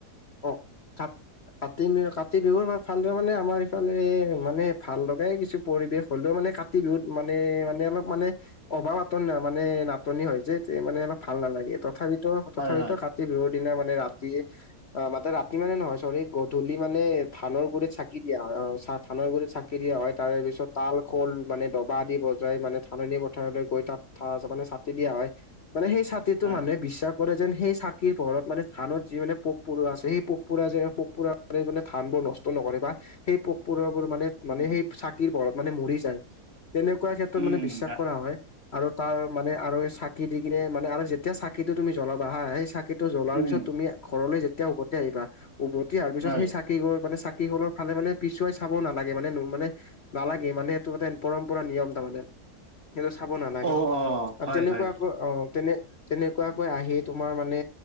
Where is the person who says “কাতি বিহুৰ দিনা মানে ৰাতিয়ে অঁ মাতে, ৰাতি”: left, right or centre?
Left